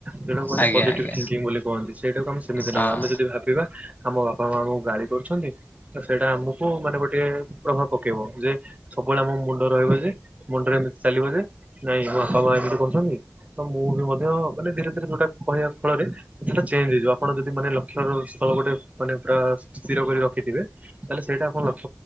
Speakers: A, on the right; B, on the left.
A: ଯଉଟା କୁହନ୍ତି
B: ଆଜ୍ଞା
A: ପଜିଟିଭ୍
B: ଆଜ୍ଞା
A: ଥିଙ୍କିଙ୍ଗ ବୋଲି କହନ୍ତି ସେଇଟାକୁ ଆମେ ସେମିତି
B: ହଁ।
A: ନବା ଆମେ ଯଦି ଭାବିବା। ଆମ ବାପା ମା ଆମକୁ ଗାଳି କରୁଛନ୍ତି ତ ସେଇଟା ଆମକୁ ମାନେ ଗୋଟେ ପ୍ରଭାବ। ପକେଇବ ଯେ ସବୁବେଳେ ଆମ ମୁଣ୍ଡ ରହିବ ଯେ। ମୁଣ୍ଡରେ ଏମିତି ଚାଲିବ ଯେ ନାଇଁ ମୋ ବାପା ମା ଏମିତି କହୁଛନ୍ତି ତ ମୁଁ ବି ମଧ୍ୟ ମାନେ ଧୀରେ ଧୀରେ କହିବା ଫଳରେ ସେଟା ଚେଞ୍ଜ ହେଇଯିବ ଆପଣ ଯଦି ମାନେ ଲକ୍ଷର ସ୍ଥଳ ଗୋଟେ ମାନେ ପୁରା ସ୍ଥିର କ ରଖଥିବେ ତାହେଲେ ସେଇଟା ଆପଣ ଲକ୍ଷ।